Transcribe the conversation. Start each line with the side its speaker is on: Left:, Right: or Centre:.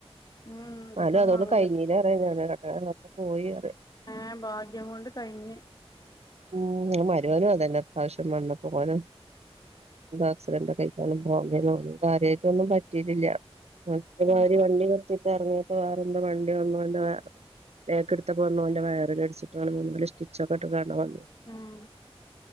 Left: ഉം
Right: ഇന്നാലും
Left: പെട്ടെന്ന്
Right: അതോണ്ട്
Left: മാറൂലേ
Right: കയെഞ്ഞിലേന്ന് പറ പോയി അറ
Left: ആ ഭാഗ്യം കൊണ്ട് കഴിഞ്ഞ്
Right: ഉം മരോനും അതയന്നെ ഇപ്രാശ്യം വന്നപ്പോ ഓനും ആക്സിഡന്റ് ഒക്കെ <unintelligible> കാര്യായ്ട്ടൊന്നും പറ്റീട്ടില്ല <unintelligible> മാരി
Left: ഉം
Right: വണ്ടി നി ഇറങ്ങിയപ്പോ വേറെന്താ വണ്ടി വന്ന് ഓന്റെ ബേക്ക് ഇടുത്ത വന്നപ്പോ എടുത്തപ്പോ ഓന്റെ വയറിലിടിച്ചിട്ടാണ് മുമ്പിൽ സ്റ്റോപ്പിൽ രക്ഷപ്പെട്ട്കാണ്ട് വന്ന്
Left: ഉം